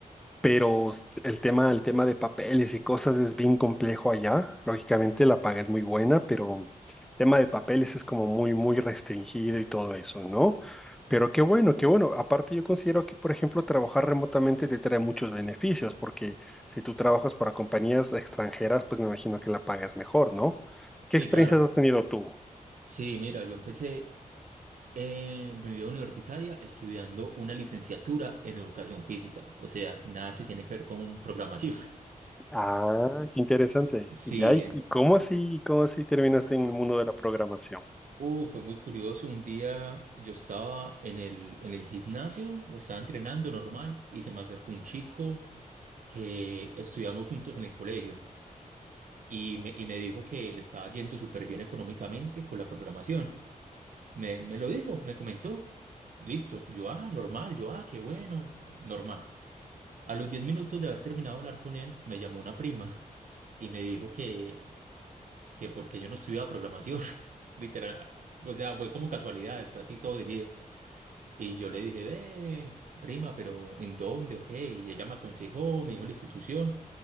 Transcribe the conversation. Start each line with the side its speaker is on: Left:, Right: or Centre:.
Centre: Pero s- el tema, el tema de papeles y cosas es bien complejo allá. Lógicamente la paga es muy buena, pero el tema de papeles es como muy, muy restringido y todo eso, ¿no? Pero qué bueno, qué bueno. Aparte yo considero que, por ejemplo, trabajar remotamente te trae muchos beneficios, porque si tú trabajas para compañías extranjeras, pues me imagino que la paga es mejor, ¿no?
Right: Sí,
Centre: ¿Qué experiencias
Right: claro.
Centre: has tenido tú?
Right: Sí, mira, yo empecé eh, mi vida universitaria estudiando una licenciatura en educación física, o sea, nada que tiene que ver con programación. <laughs>
Centre: Ah, qué interesante.
Right: Sí,
Centre: Ya, ¿y
Right: eh.
Centre: y cómo así, cómo así terminaste en el mundo de la programación?
Right: Uh, fue muy curioso. Un día yo estaba en el, en el gimnasio, estaba entrenando normal y se me acercó un chico que estudiamos juntos en el colegio y me, y me dijo que le estaba yendo súper bien económicamente con la programación. Me, me lo dijo, me comentó. Listo, yo, ah, normal, yo, ah, qué bueno, normal. A los 10 minutos de haber terminado de hablar con él, me llamó una prima y me dijo que, que porque yo no estudiaba programación, <laughs> literal. O sea, fue como casualidad, después así todo seguido. Y yo le dije, ve, prima, pero ¿en dónde? Ok. Y ella me aconsejó, me dijo la institución